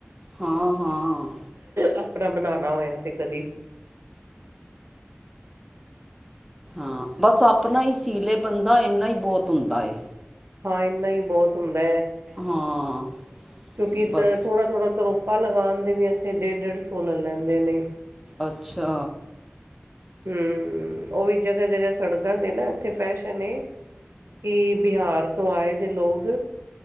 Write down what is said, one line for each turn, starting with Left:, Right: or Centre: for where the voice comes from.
Centre: ਹੂੰ-ਹੂੰ
Right: ਆਪਣਾ ਬਣਾਣਾ ਹੋਇਆ ਤੇ ਕਦੀ।
Centre: ਹੂੰ ਬਸ ਆਪਣਾ ਹੀ ਸੀਲੇ ਬੰਦਾ ਇੰਨਾ ਹੀ ਬਹੁਤ ਹੁੰਦਾ ਏ।
Right: ਹਾਂ ਇੰਨਾ ਈ ਬਹੁਤ ਹੁੰਦਾ।
Centre: ਹਾਂ।
Right: ਕਿਉਂਕਿ ਇਧਰ
Centre: ਬਸ
Right: ਥੋੜ੍ਹਾ-ਥੋੜ੍ਹਾ ਤਰੋਪਾ ਲਗਾਣ ਦੇ ਵੀ ਇੱਥੇ ਡੇਢ-ਡੇਢ ਸੋ ਲੈ ਲੈਂਦੇ ਨੇ।
Centre: ਅੱਛਾ।
Right: ਹੂੰ ਉਹ ਵੀ ਜਗ੍ਹਾ-ਜਗ੍ਹਾ ਸੜਕਾਂ ਤੇ ਨਾ ਇੱਥੇ ਫੈਸ਼ਨ ਏ ਕੀ ਬਿਹਾਰ ਤੋਂ ਆਏ ਦੇ ਲੋਕ,